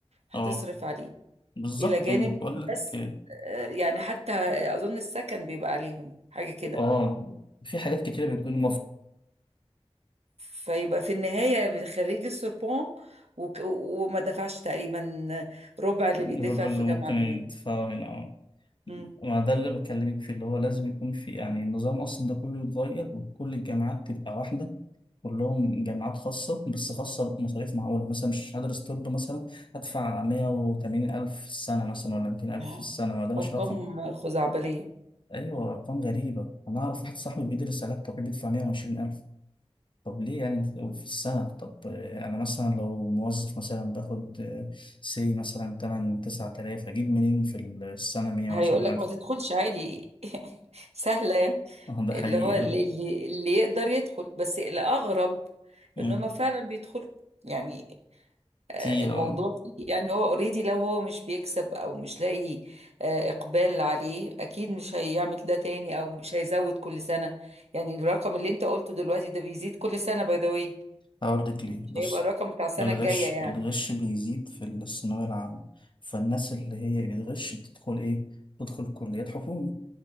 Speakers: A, on the right; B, on the left.
A: هتصرف
B: اه
A: عليه
B: بالظبط
A: الى جانب
B: انا بقول
A: بس
B: لك
A: آه، يعني حتى اظن السكن بيبقى عليهم حاجة كده
B: اه في حاجات كتيره بتكون المفروض
A: فيبقى في النهاية خريج السوربون وك- وما دفعش تقريبا ربع اللي بيدفع
B: الرب اللي
A: في
B: ممكن
A: جامعة
B: يدفعوا
A: من هنا
B: هنا اه
A: مم.
B: ما ده اللي بكلمك فيه اللي هو لازم يكون في يعني النظام أصلا ده كله يتغير وكل الجامعات تبقى واحدة كلهم جامعات خاصة بس خاصة بمصاريف معقولة مثلا مش هدرس طب مثلا هدفع مية وتمانين ألف في السنة مثلا ولا ميتين
A: <gasps>
B: ألف
A: آه،
B: في السنة ما ده مش
A: أرقام
B: رقم
A: خزعبلية
B: أيوة أرقام غريبة أنا أعرف واحد صاحبي بيدرس علاج طبيعي بيدفع مية وعشرين ألف طب ليه يعني في السنة طب آه، أنا مثلا لو موظف مثلا باخد سي مثلا تمن تسعة آلاف أجيب منين في السنة مية
A: هيقول
B: وعشرين
A: لك
B: ألف
A: ما تدخلش عادي <laughs> سهلة يعني.
B: اه ده حقيقي
A: اللي هو اللي, اللي اللي يقدر يدخل بس الأغرب
B: مم.
A: إن هما فعلا بيدخلوا يعني آه،
B: تي
A: الموضوع
B: اه
A: فيه- يعني هو اوريدي لو هو مش بيكسب او مش لاقي آه، اقبال عليه اكيد مش هيعمل ده تاني او مش هيزود كل سنة يعني الرقم اللي انت قلته دلوقتي ده بيزيد كل سنة باي ذا واي
B: هقول لك ليه
A: مش
B: بص
A: هيبقى الرقم بتاع السنة
B: الغش
A: الجاية يعني
B: الغش بيزيد في الثانوية العامة فالناس اللي هي بتغش بتدخل ايه بتدخل كليات حكومي